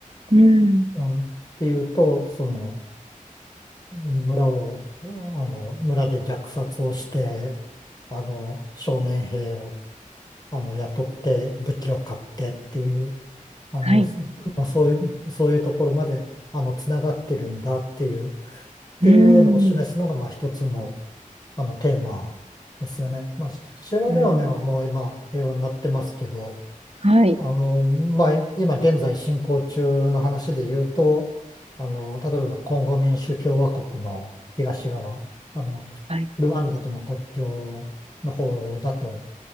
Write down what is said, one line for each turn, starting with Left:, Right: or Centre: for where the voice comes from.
Right: うん。
Left: うん、っていうと、その、村を、うんあの、村で虐殺をして、あの、少年兵を、あの、雇って武器を買ってっていう、あの、
Right: はい。
Left: すまあ、そういう、そういうところまで、あの、つながってるんだっていう、っていうのを示すのが、
Right: うん。
Left: まあ、一つの、あの、テーマですよね。まあ、シシェラレオネはもう今、
Right: うん。
Left: 平和になってますけど、
Right: はい。
Left: あの、まあ、今現在進行中の話で言うと、あの、例えば、コンゴ民主共和国の東側、あの、
Right: はい。
Left: ルワンダとの国境の方だと、